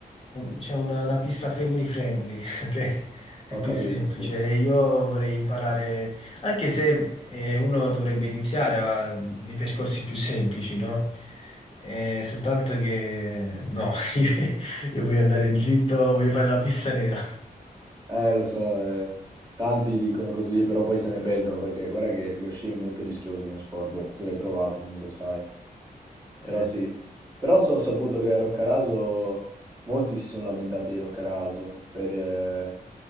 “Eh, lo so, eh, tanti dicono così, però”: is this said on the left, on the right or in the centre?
Right